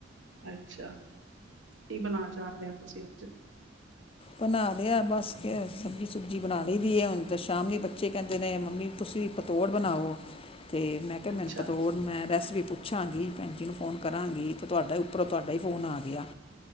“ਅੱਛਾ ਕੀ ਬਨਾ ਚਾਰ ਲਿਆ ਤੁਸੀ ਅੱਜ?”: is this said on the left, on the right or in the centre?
Right